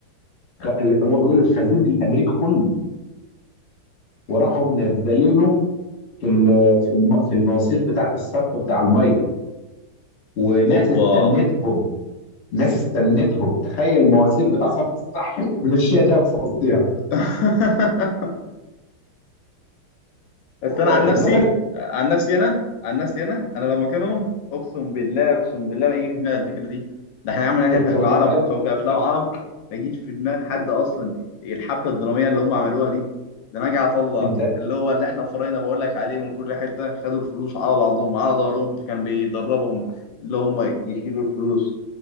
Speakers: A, on the left; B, on the left.
A: خ- هو بيقول الخزين الامريكي كله وراحوا منزلينه في ال- في الم- في المواسير بتاعه الصرف بتاع الميه وناس
B: اوبا
A: استنتهم ناس استنتهم تخيل مواسير بتاع صرف الصح مشيها ده في وسطها
B: <laughs> بس انا
A: واخد
B: عن نفسي
A: بالك
B: عن نفسي انا عن نفسي انا انا لو مكانهم اقسم بالله اقسم بالله ما يجي في دماغي الفكره دي ده احنا عملنا
A: انت
B: هنا كعرب
A: متخيل
B: او كافلام عرب ما يجيش في دماغ حد اصلا الحبكه الدراميه اللي هم عملوها دي ده نجعت الله
A: انت
B: اللي هو اللي احنا فرينا بقول لك عليه من كل حته خدوا الفلوس على بعضهم على ظهرهم كان بيدربهم اللي هم يشيلوا الفلوس